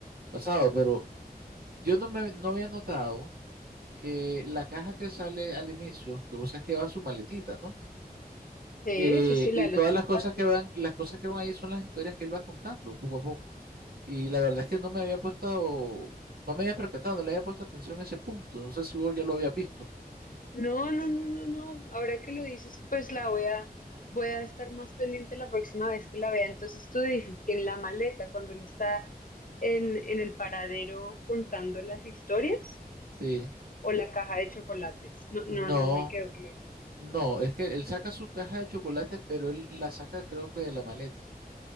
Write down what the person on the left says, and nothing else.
sí,
sí, sí,
la de
los chocolates.
No, no, no, no, no. Ahora que lo dices, pues la voy a, voy a estar más pendiente la próxima vez que la vea. Entonces tú dices que en la maleta, cuando él está en, en el paradero contando las historias,
o la caja de chocolates. No,
no, no me quedó claro.